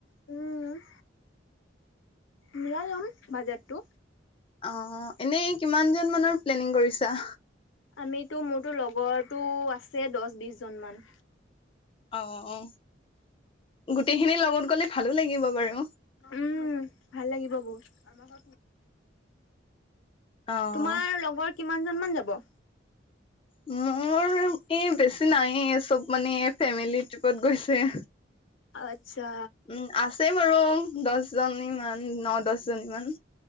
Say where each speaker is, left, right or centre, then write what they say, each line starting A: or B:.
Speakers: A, on the left; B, on the left.
A: উম মিলাই লম বাজেটটো
B: অ এনেই কিমান জন মানৰ প্লেনিং কৰিছা
A: আমিতো মোৰতো লগৰটো আছে দহ বিশ জনমান
B: অ অ গোটেইখিনি লগত গলে ভালো লাগিব বাৰু
A: উম ভাল লাগিব বহুত আমাৰ
B: অ'।
A: তোমাৰ লগৰ কিমান জন মান যাব
B: মোৰ এ বেছি নাই চব মানে ফেমেলি ট্ৰিপত গৈছে
A: আচ্ছা,
B: উম আছেই বাৰু দহজনীমান ন দহ জনী মান